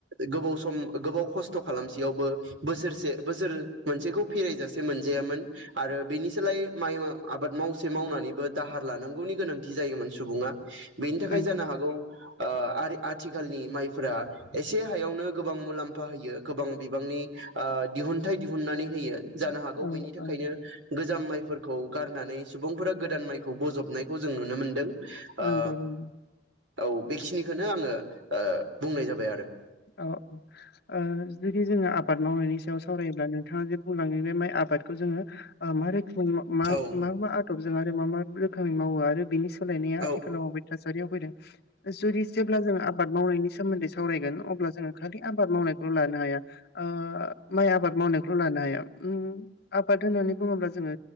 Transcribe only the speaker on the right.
गोबाव सम गोबाव खस्थ' खालामसेयावबो बोसोरसे बोसोर मोनसेखौ फेरायजासे मोनजायामोन आरो बेनिसोलाय माइ आबाद मावसे मावनानैबो दाहार लानांगौनि गोनांथि जायोमोन सुबुङा। बेनि थाखाय
जानो हागौ ओ आरो आथिखालनि माइफोरा एसे हायावनो गोबां मुलाम्फा होयो गोबां बिबांनि ओ दिहुनथाइ दिहुननानै होयो जानो हागौ
बेनि थाखायनो
गोजाम माइफोर खौ गारनानै सुबुंफोरा गोदान माइखौ बजबनायखौ जों नुनो मोनदों।
ओ
औ बेखिनिखौनो आङो ओ बुंनाय जाबाय आरो
औ
औ उम औ